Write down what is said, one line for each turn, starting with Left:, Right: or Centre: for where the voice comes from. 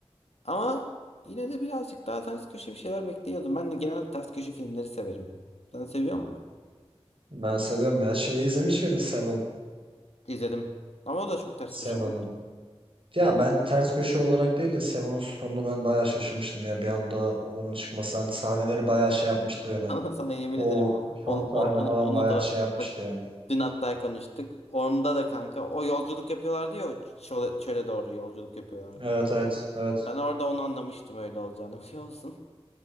Left: Ama yine de birazcık daha ters köşe bir şeyler bekliyordum. Ben de genel ters köşe filmleri severim. Sen seviyor musun?
Right: Ben seviyorum ya. Şeyi izlemiş miydin Seven?
Left: İzledim. Ama o da çok ters
Right: Seven.
Left: köşe değil ki.
Right: Ya ben ters köşe olarak değil de Seven'ın sonunu ben bayağı şaşırmıştım ya bir anda onun çıkması hani sahneleri bayağı şey yapmıştı
Left: <laughs>
Right: yani.
Left: Sana, sana yemin
Right: O
Left: ederim
Right: son
Left: onu,
Right: sahne
Left: onu,
Right: falan
Left: onu,
Right: bayağı
Left: da
Right: şey yapmıştı
Left: bak
Right: yani.
Left: dün hatta konuştuk. Onda da kanka o yolculuk yapıyorlardı ya o çöle, çöle doğru yolculuk yapıyorlardı.
Right: Evet evet evet.
Left: Ben orada onu anlamıştım öyle olacağını <laughs> biliyor musun?